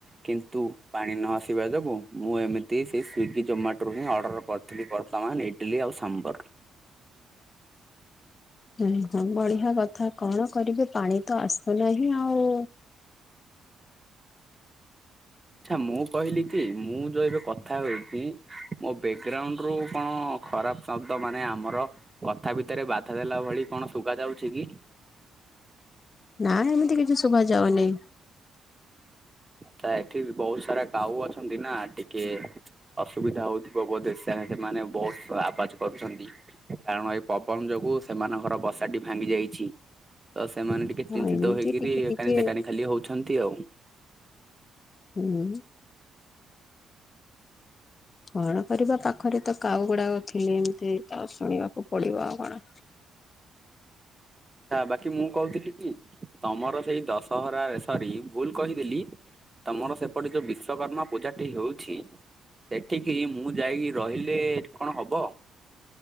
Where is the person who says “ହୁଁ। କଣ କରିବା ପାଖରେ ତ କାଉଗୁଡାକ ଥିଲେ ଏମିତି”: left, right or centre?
Left